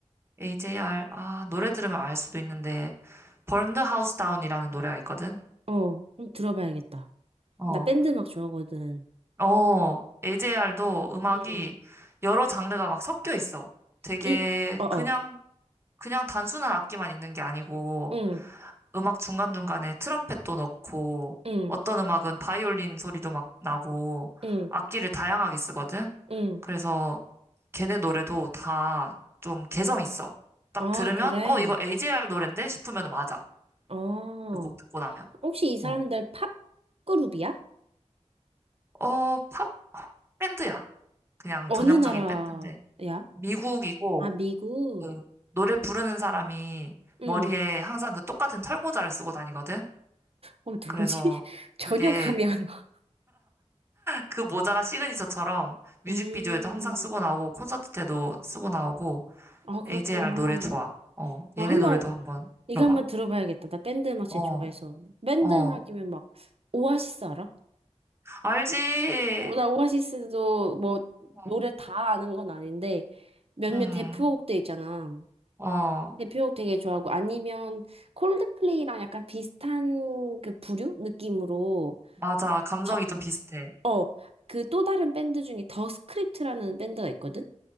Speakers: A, on the right; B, on the right.
A: AJR 아 노래 들으면 알 수도 있는데 Burn the House Down이라는 노래가 있거든.
B: 어. 한번 들어봐야겠다.
A: 어.
B: 나 밴드 음악 좋아하거든.
A: 어, AJR도 음악이
B: 응.
A: 여러 장르가 막 섞여 있어. 되게
B: 이, 어, 어.
A: 그냥 그냥 단순한 악기만 있는 게 아니고
B: 응,
A: 음악 중간중간에 트럼펫도 넣고,
B: 응,
A: 어떤 음악은 바이올린 소리도 막 나고,
B: 응,
A: 악기를 다양하게 쓰거든?
B: 응.
A: 그래서 걔네 노래도 다 좀 개성 있어. 딱
B: 아,
A: 들으면,
B: 그래.
A: 어, 이거 AJR 노랜데? 싶으면 맞아.
B: 어.
A: 그 곡 듣고 나면.
B: 혹시 이 사람들
A: 어,
B: 팝 그룹이야?
A: 어, 팝? 밴드야. 그냥
B: 어느
A: 전형적인
B: 나라야?
A: 밴드인데. 미국이고,
B: 아, 미국.
A: 그, 노래 부르는 사람이
B: 응.
A: 머리에 항상 그 똑같은 털모자를 쓰고 다니거든?
B: 어, 누구지?
A: 그래서
B: <laughs> 전혀
A: 그게
B: 감이 안 와.
A: 그 모자가 시그니처처럼 뮤직비디오에도
B: 음.
A: 항상 쓰고 나오고 콘서트 때도 쓰고 나오고
B: 아, 그렇구나.
A: AJR 노래 좋아. 어,
B: 아
A: 얘네
B: 한번,
A: 노래도 한번
B: 이거
A: 들어봐.
B: 한번 들어봐야겠다. 나 밴드 음악
A: 어,
B: 제일 좋아해서. 밴드
A: 어,
B: 음악이면 막, 오아시스 알아?
A: 알지?
B: 오, 나 오아시스도 뭐,
A: 어,
B: 노래 다 아는 건 아닌데, 몇몇
A: 음,
B: 대표곡들 있잖아.
A: 어,
B: 대표곡 되게 좋아하고 아니면 콜드플레이랑 약간 비슷한 그 부류 느낌으로
A: 맞아. 감성이
B: 더,
A: 좀 비슷해.
B: 어, 그 또 다른 밴드 중에 더 스크립트라는 밴드가 있거든?